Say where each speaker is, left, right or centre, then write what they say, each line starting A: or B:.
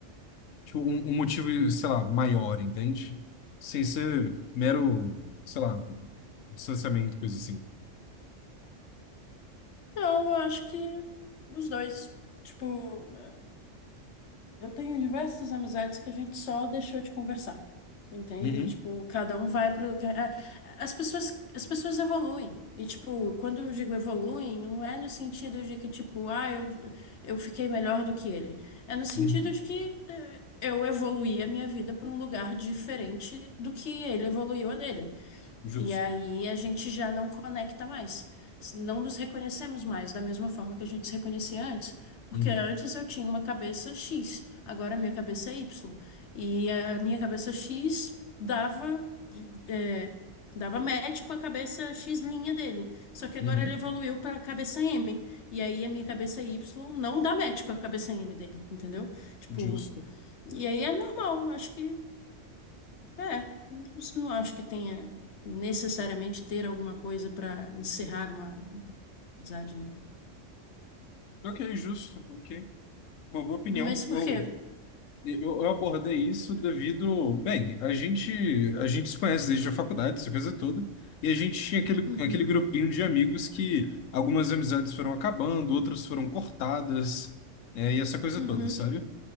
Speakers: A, on the left; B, on the left.
A: Tipo, um, um motivo, sei lá, maior, entende? Sem ser mero, sei lá, distanciamento, coisa assim.
B: Não, eu acho que os dois. Tipo, é, eu tenho diversas amizades que a gente só deixou de conversar. Entende?
A: Uhum,
B: Tipo, cada um vai pro. ca- é, As pessoas, as pessoas evoluem. E, tipo, quando eu digo evoluem, não é no sentido de que, tipo, ah, eu, eu fiquei melhor do que ele. É no sentido
A: uhum,
B: de que é, eu evoluí a minha vida para um lugar diferente do que ele evoluiu a dele.
A: justo.
B: E aí a gente já não conecta mais. Não nos reconhecemos mais da mesma forma que a gente se reconhecia antes. Porque
A: Uhum,
B: antes eu tinha uma cabeça X, agora a minha cabeça é Y. E a minha cabeça X dava, é, dava match com a cabeça X linha dele. Só que agora
A: uhum,
B: ele evoluiu para a cabeça M. E aí a minha cabeça Y não dá match com a cabeça M dele, entendeu? Tipo,
A: <laughs> justo.
B: e aí é normal, acho que. É, não não acho que tenha necessariamente ter alguma coisa para encerrar uma, uma amizade, não.
A: Ok, justo, ok. Uma boa opinião.
B: Mas
A: Eu,
B: por quê?
A: eu, eu abordei isso devido. Bem, a gente, a gente se conhece desde a faculdade, essa coisa toda, e a gente tinha aquele,
B: Uhum,
A: aquele grupinho de amigos que algumas amizades foram acabando, outras foram cortadas, é, e essa coisa
B: uhum,
A: toda, sabe?